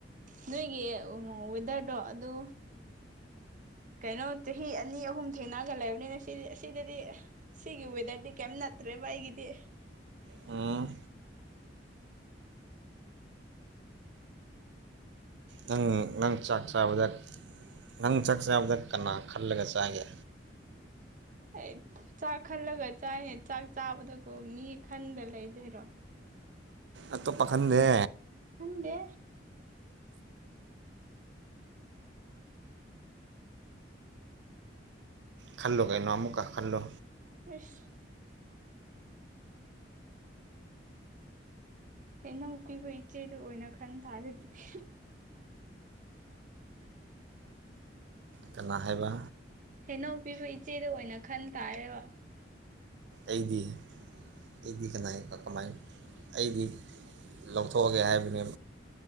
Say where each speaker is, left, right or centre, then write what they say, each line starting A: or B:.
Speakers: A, on the right; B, on the right.
A: ꯅꯣꯏꯒꯤ ꯋꯦꯗꯔꯗꯣ ꯑꯗꯨ ꯀꯩꯅꯣ ꯆꯍꯤ ꯑꯅꯤ ꯑꯍꯨꯝ ꯊꯦꯡꯅꯒ ꯂꯩꯕꯅꯤꯅ ꯁꯤꯗꯤ ꯑꯁꯤꯗꯗꯤ ꯁꯤꯒꯤ ꯋꯦꯗꯔꯗꯤ ꯀꯩꯝ ꯅꯠꯇ꯭ꯔꯦꯕ ꯑꯩꯒꯤꯗꯤ
B: ꯎꯝ ꯅꯪ ꯅꯪ ꯆꯥꯛ ꯆꯥꯕꯗ ꯅꯪ ꯆꯥꯛ ꯆꯥꯕꯗ ꯀꯅꯥ ꯈꯜꯂꯒ ꯆꯥꯒꯦ
A: ꯑꯩ ꯆꯥꯛ ꯈꯜꯂꯒ ꯆꯥꯏꯅꯦ ꯆꯥꯛ ꯆꯥꯕꯗꯒ ꯃꯤ ꯈꯟꯕ ꯂꯩꯗꯣꯏꯔꯣ
B: ꯑꯠꯇꯣ ꯄꯥꯈꯟꯗꯦ
A: ꯍꯗꯦ
B: ꯈꯜꯂꯣ ꯀꯩꯅꯣ ꯑꯃꯨꯛꯀꯥ ꯈꯜꯂꯣ
A: ꯑꯁ ꯍꯩꯅꯧꯄꯤꯕ ꯏꯆꯦꯗꯨ ꯑꯣꯏꯅ ꯈꯟ ꯇꯥꯔꯗꯤꯗꯤ
B: ꯀ ꯍꯥꯏꯕ
A: ꯍꯦꯟꯅꯧ ꯄꯤꯕ ꯏꯆꯦꯗ ꯑꯣꯏꯅ ꯈꯟ ꯇꯥꯔꯦꯕ
B: ꯑꯩꯗꯤ ꯑꯩꯗꯤ ꯀꯅꯥ ꯀꯃꯥꯏ ꯑꯩꯗꯤ ꯂꯧꯊꯣꯛꯑꯒꯦ ꯍꯥꯏꯕꯅꯦ